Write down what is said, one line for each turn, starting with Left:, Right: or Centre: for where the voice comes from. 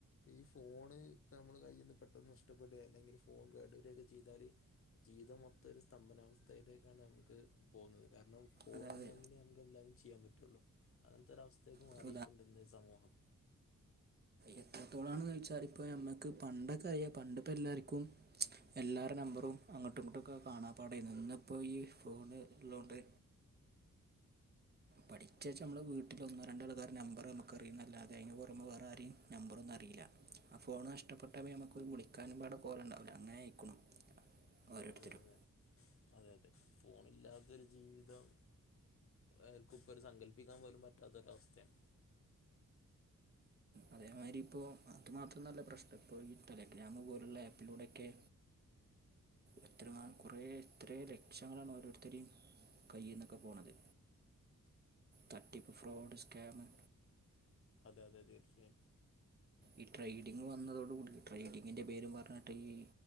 Left: ഈ ഫോൺ നമ്മള കയ്യിന്ന് പെട്ടെന്ന് നഷ്ടപ്പെടുകയല്ലെങ്കിൽ ഫോൺ കേടുവരുകയൊക്കെ ചെയ്താൽ ജീവിതം മൊത്തം ഒരു സ്തംഭനാവസ്ഥയിലേക്കാണ് നമുക്ക് പോകുന്നത് കാരണം പോണുണ്ടെങ്കിലെ
Right: അതായത്
Left: നമുക്ക് എല്ലാം ചെയ്യാൻ പറ്റുള്ളൂ അങ്ങനത്തെ ഒരവസ്ഥയേക്ക്
Right: ഒരു
Left: മാറിയിട്ടുണ്ട് ഇന്ന് സമൂഹം
Right: എത്രത്തോളണന്ന് ചോയിച്ചാൽ ഇപ്പ നമ്മക്ക് പണ്ടൊക്കെ അയാ പണ്ട് ഇപ്പ എല്ലാർക്കും എല്ലാവരടെ നമ്പറും അങ്ങോട്ടും ഇങ്ങോട്ടുമക്കെ കാണാപാടം ആയിരുന്നു ഇന്നിപ്പോ ഈ ഫോൺ ഉള്ളോണ്ട് പഠിച്ച് വെച്ച നമ്മൾ വീട്ടിലൊന്നോ രണ്ട ആൾക്കാർ നമ്പർ നമുക്ക് അറിയും എന്നല്ലാതെ അതിനു പോറമേ വേറെ ആരെയും നമ്പറൊന്നും അറിയില്ല ഫോണ് നഷ്ടപ്പെട്ടാൽ പിന്നെ നമുക്ക് വിളിക്കാനും പാട് കോൾ ഉണ്ടാവില്ല അങ്ങനെ അയക്കും ഓരോരുത്തരും
Left: അതെ അതെ അതെ അതെ ഫോണില്ലാത്തൊരു ജീവിതം ആർക്കും ഇപ്പ ഒരു സങ്കല്പിക്കാൻ പോലും പറ്റാത്തൊരു അവസ്ഥയാണ്
Right: അതേമാതിരി ഇപ്പോ അതുമാത്രമൊന്നുമല്ല പ്രശ്നം ഇപ്പോൾ ഈ ടെലിഗ്രാം പോലുള്ള ആപ്പിലൂടെയൊക്കെ എത്ര ന കൊറെ എത്ര ലക്ഷങ്ങളാണ് ഓരോരുത്തര് കയ്യിൽന്നൊക്കെ പോണത് തട്ടിപ്പ് ഫ്രോഡ് സ്കാമ്
Left: അതെ അതെ അതെ തീർച്ചയായും
Right: ഈ ട്രേഡിങ്ങ് വന്നതോടുകൂടി ട്രേഡിങ്ങിൻ്റെ പേരും പറഞ്ഞിട്ട് ഈ